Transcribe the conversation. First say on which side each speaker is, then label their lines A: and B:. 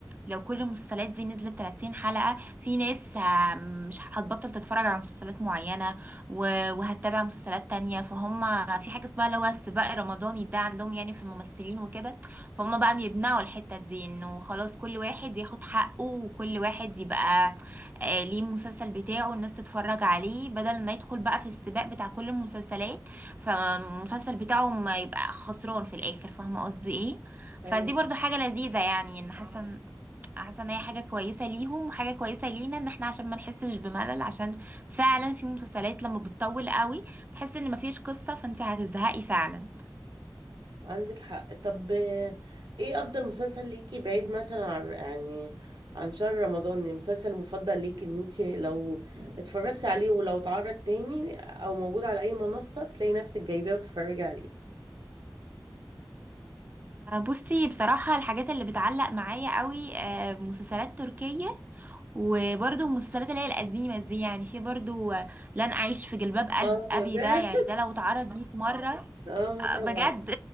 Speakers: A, on the right; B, on the right.
A: لو كل المسلسلات دي نزلت 30 حلقة في ناس ه- مش هتبطل تتفرج على مسلسلات معينة و- وهتتابع مسلسلات تانية فهم في حاجة اسمها اللي هو السباق الرمضاني ده عندهم يعني في الممثلين وكده فهم بقى بيمنعوا الحتة دي انه خلاص كل واحد ياخد حقه وكل واحد يبقى آه، ليه المسلسل بتاعه الناس تتفرج عليه بدل ما يدخل بقى في السباق بتاع كل المسلسلات فالمسلسل بتاعه ما يبقى خسران في الاخر فاهمه قصدي ايه فدي
B: ايوه
A: برضو حاجه لذيذه يعني ان حاسه إن- حاسه ان هي حاجه كويسه ليهم وحاجه كويسه لينا ان احنا عشان ما نحسش بملل عشان فعلا في مسلسلات لما بتطول قوي بتحس ان مفيش قصه فانت هتزهقي فعلا
B: عندك حق طب آه، ايه افضل مسلسل ليكي بعيد مثلا عن يعني عن شهر رمضان المسلسل المفضل ليكي ان انت لو اتفرجتي عليه ولو اتعرض تاني او موجود على اي منصة بتلاقي نفسك جايباه وتتفرجي عليه
A: آه، بصي بصراحة الحاجات اللي بتعلق معايا قوي آه، مسلسلات تركية وبرضو المسلسلات اللي هي القديمة دي يعني في برضو لن أعيش في جلباب قلب
B: اه
A: أبي
B: ده
A: ده يعني ده لو اتعرض 100 مرة
B: اه
A: آه،
B: طبعا
A: بجد